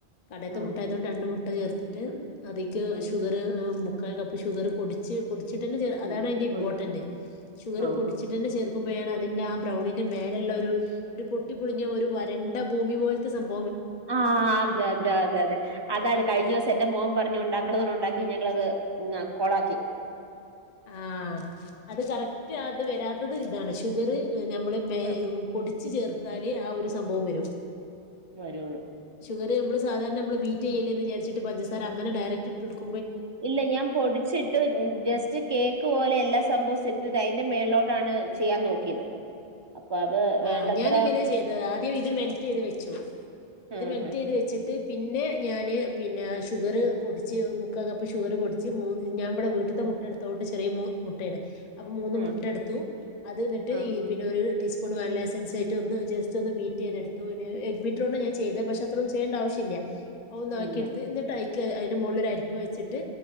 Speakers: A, on the left (about 45°); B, on the right (about 30°).
A: കടയത്തെ
B: ആഹ്
A: മുട്ടായായതുകൊണ്ട്
B: ഉം ഉം
A: രണ്ട് മുട്ട ചേർ <unintelligible> അതിക്ക്
B: ഉം
A: ഷുഗറ് മു മുക്കാൽ കപ്പ് ഷുഗറ് പൊടിച്ച് പൊടി ച്ചിട്ടു തന്നെ ചേർ അതാണ്
B: ഉം
A: അതിന്റെ ഇംപോർട്ടന്റ്,
B: ഉം
A: ഷുഗറ്
B: ഓഹോ
A: പൊടിച്ചിട്ട് തന്നെ ചേർ ക്കുമ്പോ ആണ് അതിന്റെ ആ ബ്രൗണിന്റെ മേലെ ഇള്ള ഒരു ഒരു പൊട്ടിപ്പൊളിഞ്ഞ ഒരു വര ണ്ട ഭൂമി പോൽത്തെ സംഭ
B: ആ അതെ അതെ അതെ അതെ അതാണ് കഴിഞ്ഞ
A: അതെ
B: ദിവസം എന്റെ മോൻ പ ഞ്ഞ് ഒണ്ടാക്കണന്ന് പറഞ്ഞ് ഒണ്ടാക്കി ഞങ്ങളത് <unintelligible> കൊളാക്കി.
A: ആ അത് കറക്റ്റ് അത് വരാത്തത് ഇതാണ് ഷുഗറ് നമ്മള് മെ
B: ഉം
A: പൊടിച്ച് ചേർത് ത്താല് ആ ഒരു സംഭവം വരൂ.
B: വരുള്ളൂ
A: ഷുഗറ് നമ്മള് സാധാരണ നമ്മള് ബീറ്റ് ചെയ്യല്ലേന്ന് വിചാരിച്ചിട്ട് പഞ്ചസാര അങ്ങനെ ഡയറക്ട് ഇട്ടുകൊടുക്കും.
B: ഇല്ല ഞാൻ പൊടിച്ചിട്ട് ജസ്റ്റ് കേക്ക് പോലെ എല്ലാ സംഭവും സെറ്റിൽഡ് ആയി, അതിന്റെ മേളിലോട്ടാണ് ചെയ്യാൻ നോക്കിയത്. അപ്പൊ അത് വേണ്ടത്ര
A: ആ ഞാനിങ്ങനെ ചെയ്തത് ആദ്യം ഇത് മെൽറ്റ് ചെയ്ത് വെച്ചു ഇത്
B: ആഹ്
A: മെൽറ്റ് ചെയ്ത് വെച്ചിട്ട് പിന്നെ ഞാന് പിന്നെ ഷുഗറ് പൊടിച്ച് മുക്കാൽ കപ്പ് ഷുഗറ് പൊടിച്ച് മൂന്ന് ഞാൻ ഇമ്മടെ വീട്ടത്തെ മുട്ട എടുത്തോണ്ട് ചെറിയ മു മുട്ടയാണ്. അപ്പൊ മൂന്ന്
B: ആഹ്
A: മുട്ട എടുത്തു അത് എന്നിട്ട്
B: ആഹ്
A: ഈ പിന്നെ ഒരു ടീസ് പൂൺ വാനില എസൻസ് ഇട്ട് ഒന്ന് ജസ്റ്റ് ഒന്ന് ബീറ്റ് ചെയ്തെടുത്തു, പിന്നെ എഗ്ഗ് ബീറ്ററോണ്ടാ ഞാൻ ചെയ്തേ, പക്ഷെ അത്ര ഒന്നും ചെയ്യണ്ട ആവശ്യല്ല. ഒന്നാക്കിടുത്ത്
B: ഇല്ല
A: എന്നിട്ട് അയി ക്ക് അയിന്റെ മോളില് ഒരു അരിപ്പ് വെച്ചിട്ട്